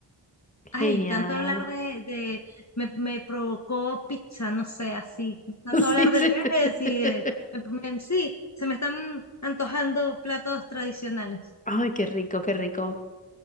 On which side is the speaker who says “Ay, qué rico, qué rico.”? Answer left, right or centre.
Left